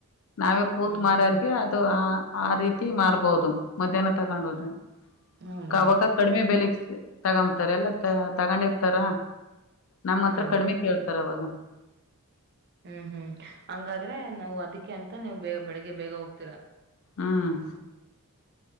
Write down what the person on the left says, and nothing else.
ನಾವೇ ಕೂತ್
ಮಾರ್ರಗೆ
ಅದು ಆ ಆ ರೀತಿ ಮಾರ್ಬೋದು ಮಧ್ಯಾಹ್ನ ತಗಂಡೋದ್ರೆ
ಕಾವಕ ಕಡಮೆ ಬೆಲೆ ಸಿ ಯ ತಗಂ ತರೆತ್ ಹಾರ್ <unintelligible> ತಗಂಡ್ ಇರ್ತಾರ ನಮ್ಮ
ಹತ್ರ
ಕಡಮೆ ಕೇಳ್ತಾರ ಅವಾಗ
ಹ್ಮ್